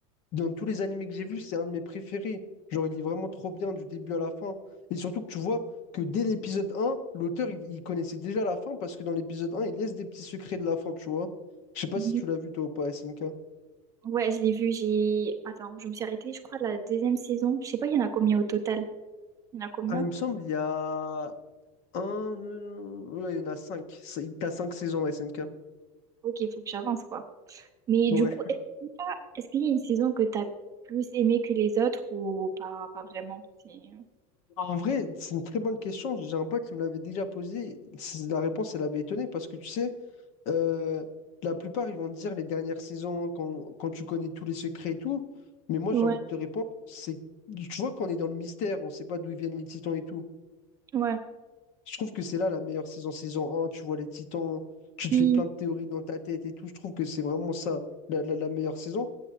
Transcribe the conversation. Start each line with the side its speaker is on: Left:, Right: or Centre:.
Left: dans tous les animés que j'ai vus, c'est un de mes préférés. Genre, il est vraiment trop bien du début à la fin. Et surtout que tu vois que dès l'épisode un l'auteur, il, il connaissait déjà la fin parce que dans l'épisode un il laisse des petits secrets de la fin, tu vois. Je sais pas
Right: Oui.
Left: si tu l'as vu toi ou pas, SNK.
Right: Ouais, je l'ai vu. J'ai. Attends, je me suis arrêtée, je crois, la deuxième saison. Je sais pas, il y en a combien au total? Il y en a combien?
Left: Ah, il me semble, il y a un. euh, Ouais, il y en a cinq. C'est- T'as cinq saisons SNK.
Right: Ok, il faut que j'avance, quoi. Mais
Left: Ouais.
Right: du coup, SNK, est-ce qu'il y a une saison que t'as plus aimée que les autres ou pas, pas vraiment? C'est-
Left: En vrai, c'est une très bonne question. J'ai un pote qui me l'avait déjà posée. C'est- La réponse, elle avait étonné parce que tu sais, euh, la plupart, ils vont te dire les dernières saisons quand, quand tu connais tous les secrets et tout. Mais moi,
Right: Ouais.
Left: j'ai envie de te répondre, c'est tu vois qu'on est dans le mystère, on ne sait pas d'où ils viennent les titans et tout.
Right: Ouais.
Left: Je trouve que c'est là la meilleure saison, saison un, Tu vois les titans, tu te
Right: Et-
Left: fais plein de théories dans ta tête et tout. Je trouve que c'est vraiment ça, la la- la meilleure saison.